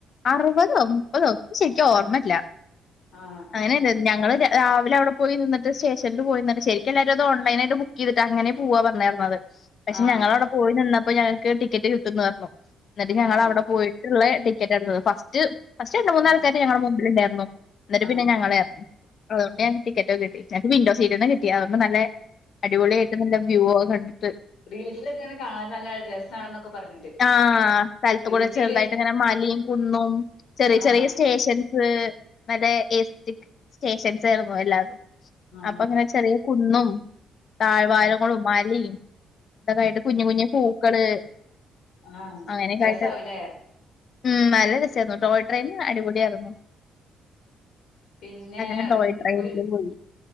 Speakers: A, on the left (about 55°); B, on the left (about 70°).
A: ആറപത് മുപ്പതോ ശരിക്കും ഓർമ്മല്ല
B: ആഹ് ആഹ്
A: അങ്ങനെന്ത ഞങ്ങള് രാവിലെ അവിടെ പോയി നിന്നട്ട് സ്റ്റേഷനിൽ പോയിന്നട്ട് ശരിക്കല്ലാവുംത്. ഓൺലൈനായിട്ട് ബുക്ക് ചെയ്തിട്ട് അങ്ങെ പോവാ പറഞ്ഞ തരത്. പക്ഷെ
B: ആഹ്
A: ഞങ്ങള അവിടെ പോയി നിന്നപ്പോ ഞങ്ങക്ക് ടിക്കറ്റ് കിട്ടുംന്ന് പറഞ്ഞു. എന്നിട്ട് ഞങ്ങ
B: ആഹ്
A: അവിടെ പോയി ളെ ടിക്കറ്റ് എടുന്നത്. ഫസ്റ്റ് ഫസ്റ്റ് എണ്ട് മൂന്നാൾക്കാർ
B: ആഹ്
A: ഞങ്ങ മുമ്പിൽ ഉണ്ടായിരുന്നു. എന്നിട്ട്
B: ആഹ്
A: പിന്നെ ഞങ്ങളെ ഇറരുന്നു അതുകൊണ്ട്ഞക്ക് ടിക്കറ്റ് കിട്ടി. നിക്ക് വിൻഡോ സീറ്റന്ന കിട്ടി അതുകൊണ്ട്. നല്ല അടിപൊളിയായിട്ട് നല്ല വ്യൂ കണ്ടിട്ട്.
B: റീൽസിലൊക്കെ ഇങ്ങനെ കാണാൻ നല്ല രസാണെന്നൊക്കെ പറഞ്ഞിട്ട്
A: ആ സ്ഥലത് കൂടെ
B: ഊട്ടിയില്
A: ചെറുതായിട്ട് ഇങ്ങനെ മലയും കുന്നും ചെറിയ
B: ആഹ്
A: ചെറിയ സ്റ്റേഷൻ. സ് നല്ല സ്റ്റേഷൻസ് ആയിരുന്നു എല്ലാവരും
B: ആഹ്
A: അപ്പൊ അങ്ങനെ വചല് കുന്നും താഴ്വാവാരങ്ങളും
B: ഉം
A: മലയും അതതായിട്ട് കുഞ്ഞു കുഞ്ഞു പൂക്കള്.
B: ആഹ
A: അങ്ങനെയൊക്കെ
B: രസാവലേ?
A: ആയിട്ട് ഉം നല്ല രസായിരുന്നു. ടോയ് ട്രെയിൻ അടിപൊളിയ ആയിരുന്നു.
B: പിന്നെ
A: അങ്ങനെ ടോയ് ട്രെയിനില്
B: വ്
A: പോയി